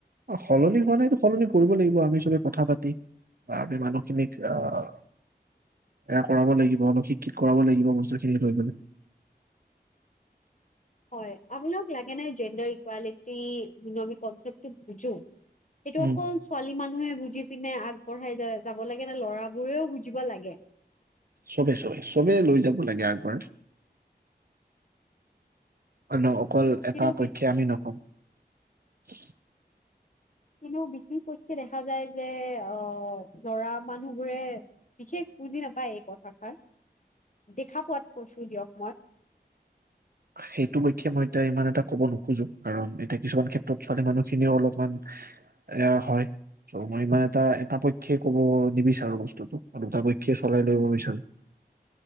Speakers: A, on the right (about 60°); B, on the left (about 45°).
A: সলনি হোৱা নাইতো সলনি কৰিব লাগিব আমি চবে কথা পাতি, বা আমি মানুহখিনিক আহ এয়া কৰাব লাগিব অলপ শিক্ষিত কৰাব লাগিব বস্তুখিনিক লৈ লাগ
B: হয় আপোনোক লাগে নে জেণ্ডাৰ ইকুৱেলিটি যোনটো আমি কনচেপটো বুজো এটো
A: উম
B: কন ছোৱালীমান মানুহে বুজি পিনে আগবঢ়াই যা-যাব লাগে নে ল'ৰাবোৰেও বুজিব লাগে?
A: চবে, চবে, চবে লৈ যাব লাগে আগবৰাই। ন অকল এটা
B: কিন্তু বেছি
A: পক্ষে আমি নকওঁ। <unintelligible>
B: কিন্তু বিশেষ পক্ষে দেখা যায় যে, আ ল'ৰা মানুহবোৰে বিশেষ বুজি নাপায় এই কথাষাৰ। দেখা পোৱাত কৈছো দিয়ক মই।
A: সেইটোপক্ষে মই এতিয়া ইমান এটা ক'ব নোখোজো। কাৰণ এতিয়া কিছুমান ক্ষেত্ৰত ছোৱালী মানুহখিনিও অলপমান, এয়া হয়, চ' মই ইমান এটা, এটা পক্ষে ক'ব নিবিচাৰো বস্তুটো আৰু দুটা পক্ষে চলাই লৈ যাব বিচাৰো।